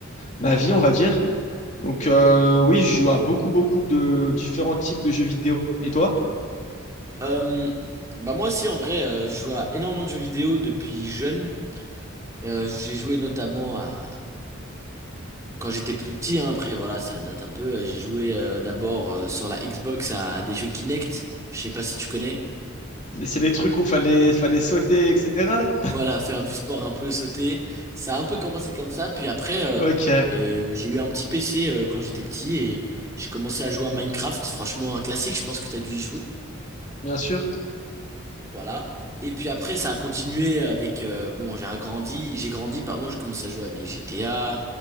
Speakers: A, on the left; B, on the right.
A: ma vie, on va dire. Donc euh, oui, je joue à beaucoup, beaucoup de différents types de jeux vidéo. Et toi?
B: Euh, bah moi aussi en vrai, euh, je joue à énormément de jeux vidéo depuis jeune. Euh, j'ai joué notamment à quand j'étais plus petit, hein, après voilà, ça date un peu. J'ai joué euh, d'abord euh, sur la Xbox à, des jeux Kinect. Je sais pas si tu connais.
A: C'est les trucs où fallait, fallait sauter, etc. là?
B: Voilà, faire du sport un peu, sauter. Ça a un peu commencé comme ça. Puis après, euh,
A: Ok,
B: euh, j'ai eu un petit PC euh, quand j'étais petit et j'ai commencé à jouer à Minecraft. Franchement, un classique, je pense que tu as dû y jouer.
A: bien sûr.
B: Voilà. Et puis après, ça a continué avec... euh, bon, j'ai agrandi, j'ai grandi, pardon, j'ai commencé à jouer à des GTA,